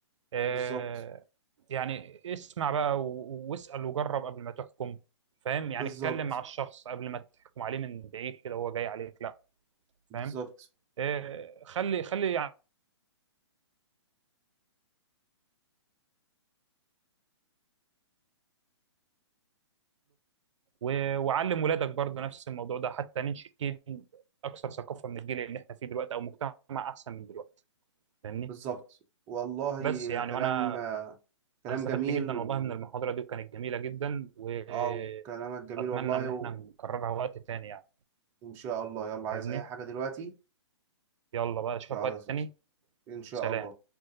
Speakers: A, on the right; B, on the right.
A: آه،
B: بالظبط
A: يعني اسمع بقى و- واسأل وجرب قبل ما تحكم فاهم يعني
B: بالظبط
A: اتكلم مع الشخص قبل ما تحكم عليه من بعيد كده هو جاي عليك لا
B: بالظبط
A: فاهم آه، خلي خلي يعمله و- وعلم ولادك برضه نفس الموضوع ده حتى ننشئ جيل اكثر ثقافة من الجيل اللي احنا فيه دلوقتي او مجتمع احسن من دلوقتي فاهمني
B: بالظبط والله
A: بس يعني
B: كلام
A: وانا
B: كلام
A: انا استفدت
B: جميل
A: جدا
B: و
A: والله من المحاضرة دي وكانت جميلة جدا واتمنى
B: اه كلامك جميل والله
A: ان احنا
B: و...
A: نكررها وقت تاني يعني
B: ان شاء الله يلا عايز
A: فاهمني
B: اي حاجة دلوقتي
A: يلا بقى اشوفك
B: يلا
A: وقت تاني
B: ان شاء
A: سلام
B: الله